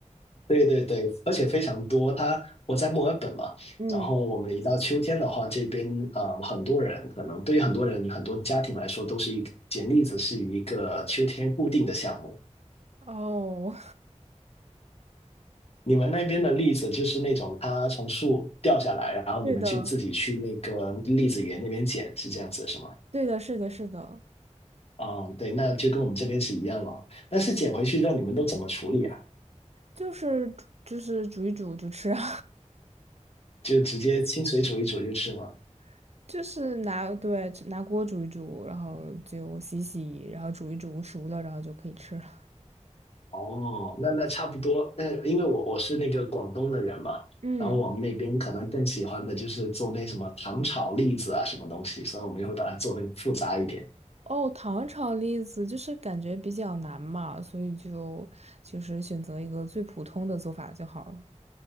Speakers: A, on the left (about 55°); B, on the right (about 60°).
A: 对对对，而且非常多。它我在墨尔本嘛，
B: 嗯，
A: 然后我们一到秋天的话，这边啊，很多人可能对于很多人很多家庭来说，都是一个捡栗子是一个秋天固定的项目。
B: 哦，
A: 你们那边的栗子就是那种它从树掉下来，然后你们就自己去那个栗子园那边捡，
B: <laughs> 对的。
A: 是这样子是吗？
B: 对的，是的，是的，
A: 啊，对，那就跟我们这边是一样了。但是捡回去之后，你们都怎么处理啊？
B: 就是煮就是煮一煮就吃啊，
A: 就直接清水煮一煮就吃吗？
B: <laughs> 就是拿对拿锅煮一煮，然后就洗洗，然后煮一煮熟了，然后就可以吃了。
A: 哦，那那差不多。嗯，因为我我是那个广东的人嘛，
B: 嗯，
A: 然后我们那边可能更喜欢的就是做那什么糖炒栗子啊，什么东西，所以我们就会把它做的复杂一点。
B: 哦，糖炒栗子就是感觉比较难嘛，所以就就是选择一个最普通的做法就好了。